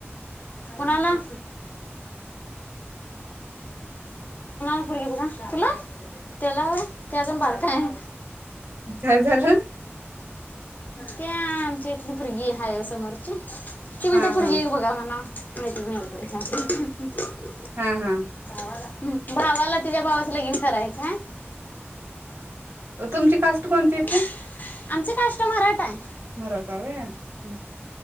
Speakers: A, on the left; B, on the right.
A: कुणाला पोरगी बघा तुलाच त्याला ते अजून बारकं आहे.
B: काय झालं.
A: ते आमच्या इथली पुरगी हाय समोरची ते म्हणतय
B: हा
A: पोरगी
B: हा
A: एक बघा म्हणा. <unintelligible>
B: हा हा
A: हम्म भावाला तुझ्या भावा तुला बी करायचय
B: म तुमची
A: <inaudible>
B: कास्ट कोणती येते
A: आमचं कास्ट मराठा ये
B: मराठा व्हय हम्म